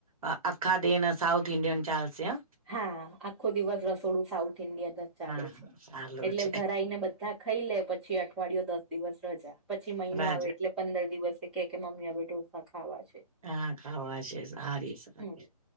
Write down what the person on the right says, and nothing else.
આખા દેન સાઉથ ઇન્ડિયન ચાલશે હા.
હા
સારું
છે
રાજ
હા ખાવા છે સારી સારી